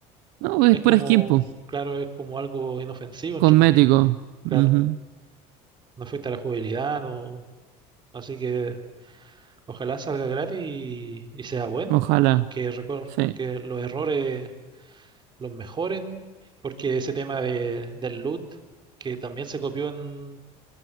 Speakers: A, on the right; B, on the right.
A: No, pues
B: Es
A: es pura
B: como,
A: skin, po.
B: claro, es como algo inofensivo, entre
A: Cosmético.
B: comillas. Claro,
A: Ujú.
B: no afecta a la jugabilidad, no. Así que ojalá salga gratis y, y sea bueno.
A: Ojalá.
B: Que, recor-
A: Sí.
B: que los errores los mejoren, porque ese tema de, del loot, que también se copió en,